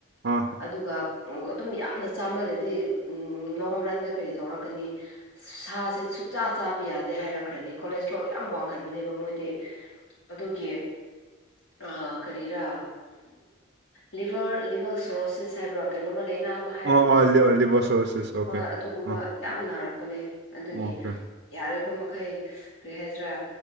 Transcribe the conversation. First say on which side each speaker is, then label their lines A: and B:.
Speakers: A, on the right; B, on the left.
A: ꯑꯥ
B: ꯑꯗꯨꯒ ꯑꯗꯨꯝ ꯌꯥꯝꯅ ꯆꯥꯃꯜꯂꯗꯤ ꯂꯣꯡ ꯔꯟꯗ ꯀꯔꯤ ꯇꯧꯔꯛꯀꯅꯤ ꯁꯥꯁꯦ ꯁꯨꯛꯆꯥ ꯆꯥꯕ ꯌꯥꯗꯦ ꯍꯥꯏꯔꯛꯈ꯭ꯔꯅꯤ ꯀꯣꯂꯦꯁꯇ꯭ꯔꯣꯜ ꯌꯥꯝ ꯋꯥꯡꯈꯠꯕꯅꯦꯕ ꯃꯣꯏꯗꯤ ꯑꯗꯨꯒꯤ ꯑ ꯀꯔꯤꯔꯥ ꯂꯤꯚꯔ ꯂꯤꯚꯔ ꯁꯣꯔꯣꯁꯤꯁ ꯍꯥꯏꯕ꯭ꯔꯥ ꯀꯩꯅꯣꯝꯃ ꯂꯩꯅꯥ ꯑꯃ ꯍꯥꯏꯔꯛꯄꯅꯦꯅꯦ
A: ꯑꯣ ꯑꯥ
B: ꯑꯩꯗꯤ
A: ꯂꯤꯕꯔꯁꯣꯔꯁꯤꯁ
B: ꯍꯣꯏ
A: ꯑꯣꯀꯦ
B: ꯍꯣꯏ ꯑꯗꯨꯒꯨꯝꯕ
A: ꯑꯥ
B: ꯌꯥꯝ ꯅꯥꯔꯛꯄꯅꯦ ꯑꯗꯨꯒꯤ
A: ꯑꯣꯀꯦ
B: ꯌꯥꯔꯤꯕ ꯃꯈꯩ ꯀꯔꯤ ꯍꯥꯏꯁꯤꯔꯥ